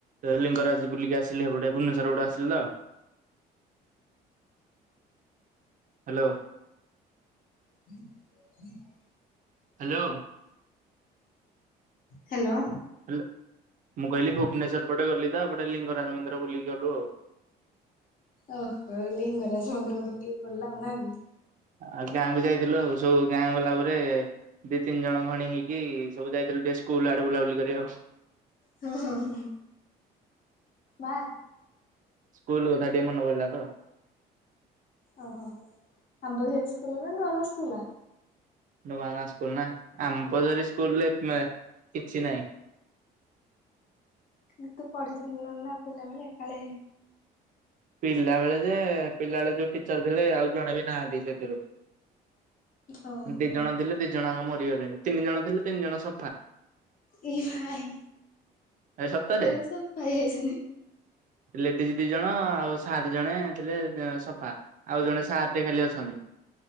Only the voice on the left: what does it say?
<unintelligible>
ହାଲୋ।
ଓହୋ, ଲିଙ୍ଗରାଜ ମନ୍ଦିର ପଟେ ବୁଲିକି ପଳେଇଲ ଆଉ ନାକି?
ହୋ ହୋ ହୋ ହୋ। ମା
ଓହୋ, ଆମ୍ବଝରୀ ସ୍କୁଲ ନା ନୂଆ ଗାଁ ସ୍କୁଲ?
କି ତୁ ପଢିଥିଲୁ ନା ପିଲାବେେଳେ, କାଳେ
ଓହୋ
ଏ ଭାଇ,
ମାନେ ସଫା ହେଇ ଯାଇଚନି।